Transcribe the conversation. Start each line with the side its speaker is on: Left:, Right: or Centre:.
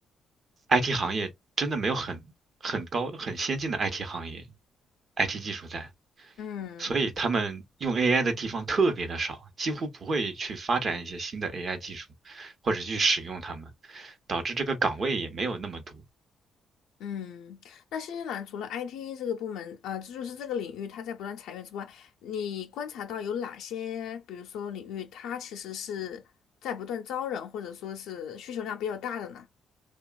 Right: IT 行业真的没有很很高很先进的 IT 行业，IT 技术在，
Left: 嗯，
Right: 所以他们用 AI 的地方特别的少，几乎不会去发展一些新的 AI 技术，或者去使用它们，导致这个岗位也没有那么多，
Left: 嗯，那新西兰除了 IT 这个部门，呃，这就是这个领域它在不断裁员之外，你观察到有哪些，比如说领域它其实是在不断招人，或者说是需求量比较大的呢？